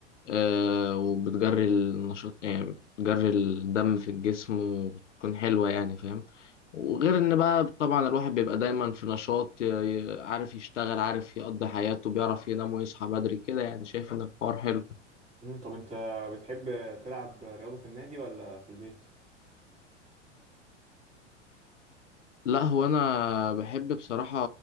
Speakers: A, on the left (about 80°); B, on the right (about 20°).
A: آه وبتجري النشاط يعني بتجري الدم في الجسم وبتكون حلوة يعني فاهم؟ وغير إن بقى طبعا الواحد بيبقى دايما في نشاط ي- ي- عارف يشتغل عارف يقضي حياته بيعرف ينام ويصحى بدري كده يعني شايف إن الحوار حلو.
B: مم، طب انت بتحب تلعب رياضة في النادي ولا في البيت؟
A: لا هو انا بحب بصراحه